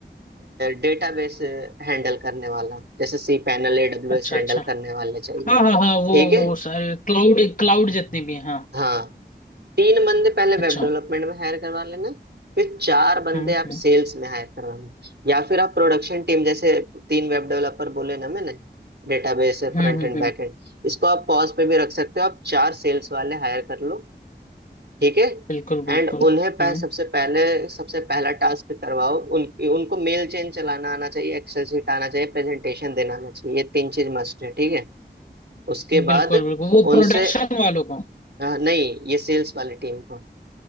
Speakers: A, on the right (about 70°); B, on the left (about 45°).
A: डेटाबेस हैंडल करने वाला जैसे सी पैनल एडब्ल्यूएस
B: अच्छा
A: हैंडल
B: अच्छा
A: करने वाले चाहिए
B: हाँ हाँ हाँ वो
A: ठीक है
B: वो सारे क्लाउड क्लाउड
A: हम्म।
B: जितने भी हैं हाँ
A: हाँ तीन बंदे पहले वेब
B: अच्छा
A: डेवलपमेंट में हायर करवा लेना फिर चार बंदे
B: हम्म
A: आप
B: हम्म
A: सेल्स में हायर करवाना या फिर आप प्रोडक्शन टीम जैसे तीन वेब डेवलपर बोले ना मैंने डेटाबेस है
B: हम्म
A: फ्रंट
B: हम्म
A: एंड
B: हम्म,
A: बैक एंड इसको आप पॉज पे भी रख सकते हो आप चार सेल्स वाले हायर कर लो ठीक है
B: बिल्कुल
A: एंड
B: बिल्कुल
A: उन्हें पह,
B: हम्म
A: सबसे पहले सबसे पहला टास्क करवाओ उनकी उनको मेल चेन चलाना आना चाहिए एक्सेल शीट आना चाहिए प्रेजेंटेशन देना आना चाहिए ये तीन चीज मस्ट है ठीक है उसके
B: बिल्कुल
A: बाद
B: बिल्कुल वो
A: उनसे
B: प्रोडक्शन वालों को
A: अ, नहीं ये सेल्स वाली टीम को